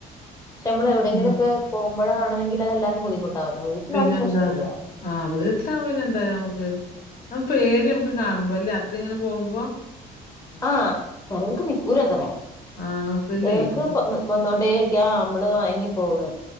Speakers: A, on the left; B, on the left.
A: പക്ഷെ നമ്മൾ എവിടെങ്കിലൊക്കെ
B: ഉം.
A: പോകുമ്പോഴാണെങ്കി അതെല്ലാവർക്കും ബുദ്ധിമുട്ടാവൂല്ലെ. വീട്ടിലാണെങ്കി
B: പിന്നെന്താ?
A: പ്രശ്ന ഇല്ല.
B: ആഹ് വീട്ടിലാവുമ്പേ പിന്നെ എന്തായാലും നമുക്ക്. നമുക്ക് പേടിയാ നമുക്ക് കാണുമ്പോ അല്ലേ? അത്ര ഇങ്ങനെ പോകുമ്പോ.
A: ആഹ് ചിലവർക്ക് നിക്കൂലത്രേ.
B: ആഹ്. നിക്കില്ലേ?
A: ചിലവർക്ക്
B: അപ്പൊ
A: കൊ വന്നോണ്ടിരിക്കാ. നമ്മള് മയങ്ങി പോകുന്ന്.